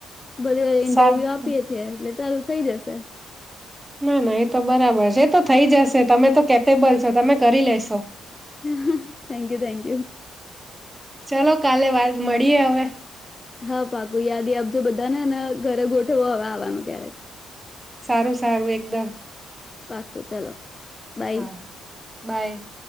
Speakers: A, on the left; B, on the right.
A: બધી ઇન્ટરવ્યુ
B: સારું
A: આપીએ છીએ એટલે ચાલુ થઈ જશે.
B: ના ના એ તો બરાબર છે એ તો થઈ જશે તમે તો કેપેબલ છો તમે કરી લેશો.
A: હ થેન્ક યુ થેન્ક યુ.
B: ચલો કાલે વાત મળીએ હવે.
A: હા પાકુ યાદી આપજ બધા નેને. ઘરે ગોઠવો હવે આવાનું ક્યારેક.
B: સારું સારું એકદમ.
A: પાક્ક ચાલો. બાય.
B: હા બાય.